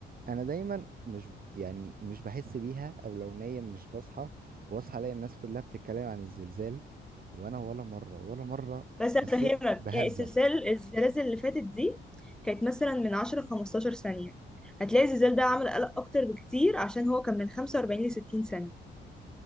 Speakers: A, on the right (about 45°); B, in the centre.
A: انا دايما مش يعني مش بحس بيها او لو نايم مش بصحى واصحى الاقي الناس كلها بتتكلم عن الزلزال وانا ولا مرة ولا مرة
B: بس هفهمك
A: حسيت بهزة
B: يعني السلسال الزلازل اللي فاتت دي كانت مثلا من 10 15 ثانية هتلاقي الزلزال ده عمل قلق أكتر بكتير عشان هو كان من 45 ل 60 ثانية